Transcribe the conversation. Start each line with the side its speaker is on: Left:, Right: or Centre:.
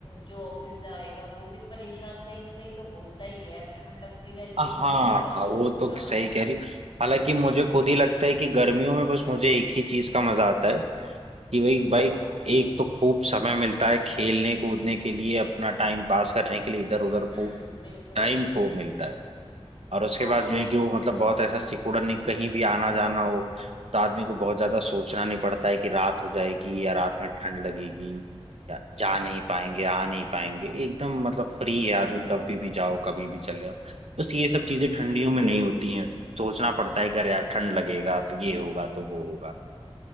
Left: जो ऑफिस जाएगा वो भी परेशान कहीं ना कहीं तो होता ही है ठंड लगती रहती
Right: हाँ
Left: है मन भी नहीं करता
Right: हाँ वो
Left: फिर
Right: तो
Left: भी जाना
Right: सही
Left: होता
Right: कह
Left: है
Right: रही हालांकि मुझे खुद ही लगता है कि गर्मियों में बस मुझे एक ही चीज का मजा आता है कि भाई भाई
Left: हाँ
Right: एक तो खूब समय मिलता है खेलने कूदने के लिए अपना टाइम पास करने के लिए इधर उधर
Left: हम्म
Right: खूब
Left: बिल्कुल
Right: टाइम खूब मिलता है और उसके
Left: हाँ
Right: बाद जो है कि वो मतलब बहुत ऐसा सिकुड़न नहीं कहीं भी आना जाना हो तो आदमी को बहुत ज्यादा सोचना नहीं पड़ता है कि रात हो जाएगी या रात में ठंड लगेगी या जा नहीं पाएंगे आ नहीं पाएंगे एकदम मतलब फ्री
Left: हम्म
Right: है आदमी कभी भी जाओ कभी भी चले जाओ बस ये सब चीजें ठंडियों
Left: बिल्कुल
Right: में नहीं होती हैं सोचना पड़ता है कि अरे यार ठंड लगेगा तो ये होगा तो वो होगा